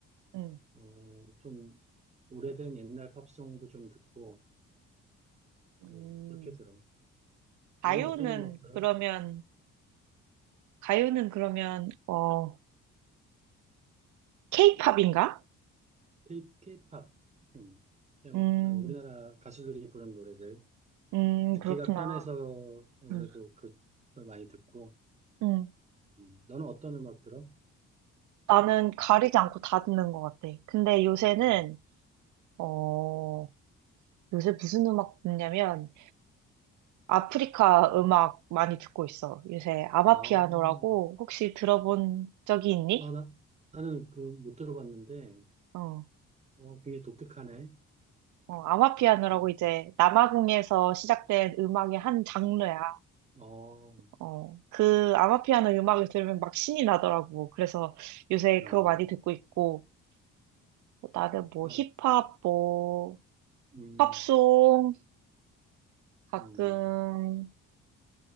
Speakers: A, on the right; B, on the right.
A: 응.
B: 어, 좀, 오래된 옛날 팝송도 좀 듣고,
A: 음,
B: 뭐, 그렇게 들어.
A: 가요는
B: 너는 어떤 음악 들어?
A: 그러면, 가요는 그러면, 어, 케이팝인가?
B: K, K-팝. 음, 그냥
A: 음,
B: 어, 우리나라 가수들이 부른 노래들.
A: 음,
B: 듣기가
A: 그렇구나.
B: 편해서 아무래도
A: 음,
B: 그, 걸 많이 듣고,
A: 음.
B: 음, 너는 어떤 음악 들어?
A: 나는 가리지 않고 다 듣는 것 같아. 근데 요새는,
B: 음.
A: 어, 요새 무슨 음악 듣냐면, 아프리카 음악 많이 듣고 있어. 요새 아마피아노라고
B: 아, 어.
A: 혹시 들어본 적이 있니?
B: 아, 나, 나는 그 못 들어봤는데,
A: 어,
B: 어, 굉장히 독특하네.
A: 어, 아마피아노라고
B: 음,
A: 이제 남아공에서 시작된 음악의 한 장르야.
B: 어,
A: 어, 그 아마피아노 음악을 들으면 막 신이 나더라고. 그래서 요새
B: 아,
A: 그거 많이 듣고 있고, 뭐 나는 뭐
B: 아,
A: 힙합, 뭐
B: 음,
A: 팝송, 가끔,
B: 음.